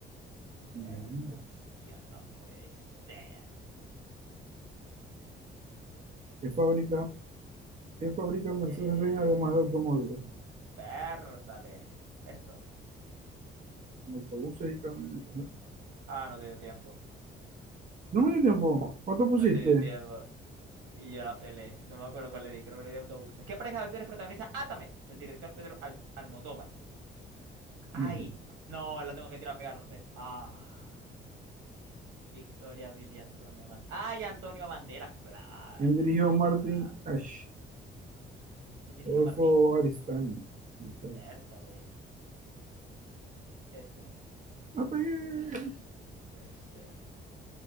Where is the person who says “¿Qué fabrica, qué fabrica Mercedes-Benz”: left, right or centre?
Right